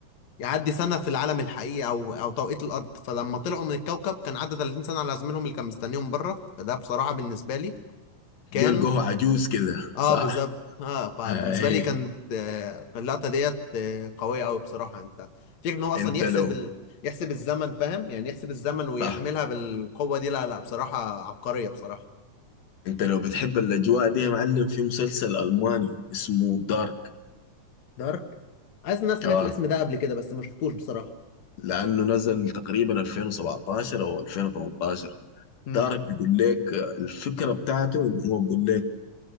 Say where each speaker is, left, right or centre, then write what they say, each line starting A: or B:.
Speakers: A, on the left; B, on the left.
A: يعدي سنة في العالم الحقيقي أو أو توقيت الأرض فلما طلعوا من الكوكب كان عدى 30 سنة على زميلهم اللي كان مستنيهم بره فده بصراحة بالنسبة لي كان
B: جلقه عجوز كده
A: اه
B: صح؟
A: بالظبط اه فبالنسبة
B: أي
A: لي كانت آه، اللقطة ديت آه، قوية أوي بصراحة أنت فكرة إن هو أصلا
B: أنت
A: يحسب
B: لو
A: ال... يحسب الزمن فاهم يعني يحسب الزمن ويعملها
B: صح
A: بالقوة دي لا لا بصراحة عبقرية بصراحة
B: أنت لو بتحب الأجواء دي يا معلم في مسلسل ألماني اسمه دارك
A: دارك عايز الناس سمعت
B: آه
A: الاسم ده قبل كده بس ما شفتوش بصراحة
B: لانه نزل تقريبا 2017 او 2018
A: امم
B: دارك بيقول لك آه، الفكره بتاعته ان هو بيقول لك